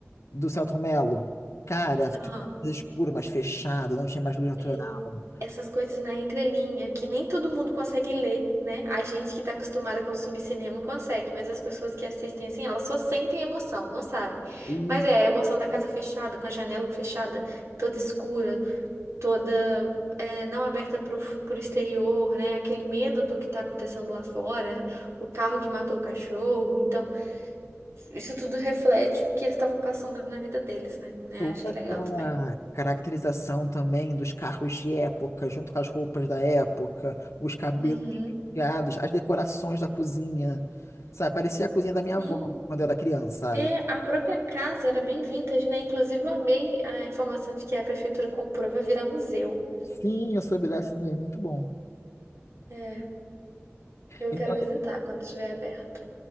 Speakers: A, on the left (about 90°); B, on the right (about 70°).
A: do Celton Mello. Cara, tudo
B: Aham.
A: mais escuro, mais fechado, não tinha mais luz natural.
B: E essas coisas na entrelinha, que nem todo mundo consegue ler, né? A gente que tá acostumada a consumir cinema consegue, mas as pessoas que assistem assim, elas só sentem emoção, não sabe?
A: E
B: Mas é a emoção da casa fechada, com a janela fechada, toda escura. toda é, não aberta para o exterior, né? Aquele medo do que está acontecendo lá fora, né? O carro que matou o cachorro. Então, isso tudo reflete o que eles estavam passando na vida deles, né? É,
A: toda
B: achei
A: aquela
B: legal também.
A: caracterização também dos carros de época, junto com as roupas da época, os cabelos
B: Uhum.
A: penteados, as decorações da cozinha. Sabe, parecia a cozinha da minha
B: Sim.
A: avó quando eu era criança, sabe?
B: É, a própria casa era bem vintage, né? Inclusive, eu amei a informação de que a prefeitura comprou e vai virar museu.
A: Sim, eu soube dessa também, muito bom.
B: É, eu
A: Então,
B: quero visitar quando estiver aberto.